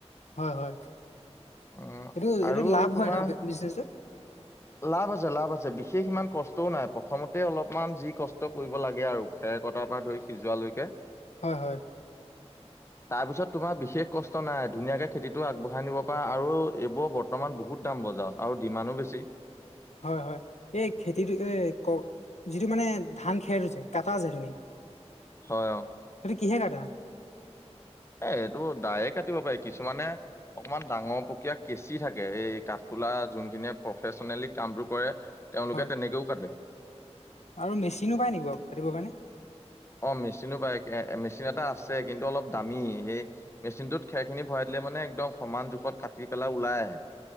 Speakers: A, on the left; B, on the left.
A: হয় হয়।
B: উম
A: এইটো
B: আৰু
A: এইটো লাভ
B: তোমাৰ
A: হয় ন বিজনেচটো।
B: লাভ আছে লাভ আছে। বিশেষ ইমান কষ্টও নাই। প্ৰথমতে অলপমান যি কষ্ট কৰিব লাগে আৰু খেৰ কটা পৰা ধৰি সিজোৱালৈকে।
A: হয় হয়।
B: তাৰপিছত তোমাৰ বিশেষ কষ্ট নাই। ধুনীয়াকে খেতিটো আগবঢ়াই নিব পাৰা আৰু এইবোৰৰ বৰ্তমান বহুত দাম বজাৰত আৰু ডিমানো বেছি।
A: হয় হয়। এই খেতিটো এ ক যিটো মানে ধান খেৰটো যে? কাটা যে তুমি?
B: হয় অ।
A: সেইটো কিহে কাটা?
B: এ এইটো দায়ে কাটিব পাৰি, কিছুমানে অকমান ডাঙৰ পকীয়া কেঁচি থাকে এই কাঠফুলা যোনখিনিয় প্ৰফেচনেলি কামটো কৰে। তেওঁলোকে
A: হয়
B: তেনেকেও কাটে।
A: আৰু মেচিনো পায় নেকি বাও? কাটিব কাৰণে?
B: অ মেচিনো পায়, মেচিন এটা আছে কিন্তু অলপ দামী সেই মেচিনটোত খেৰ খিনি ভৰাই দিলে মানে একদম সমান জোখত কাটি পেলাই ওলাই আহে।